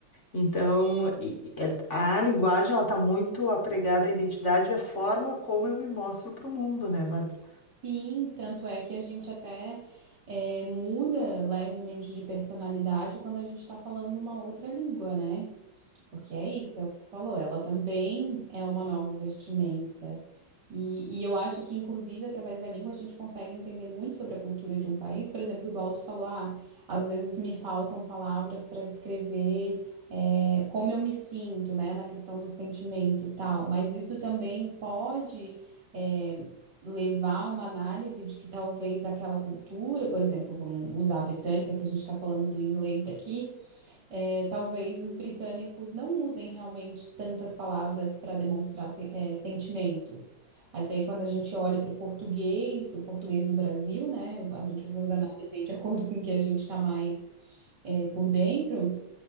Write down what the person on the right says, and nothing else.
Sim, tanto é que a gente até é, muda levemente de personalidade quando a gente está falando uma outra língua, né? Porque é isso, é o que tu falou. Ela também é uma nova vestimenta. E, e eu acho que, inclusive, através da língua, a gente consegue entender muito sobre a cultura de um país. Por exemplo, igual tu falou, ah, às vezes me faltam palavras para descrever, é, como eu me sinto, né, na questão do sentimento e tal. Mas isso também pode, é, levar a uma análise de que talvez aquela cultura, por exemplo, vamos usar a britânica, que a gente está falando do inglês daqui. É, talvez os britânicos não usem realmente tantas palavras para demonstrar se- é, sentimentos. Mas daí, quando a gente olha para o português, o português do Brasil, né? A gente vai fazer análise aí de acordo com o que a gente está mais é, por dentro.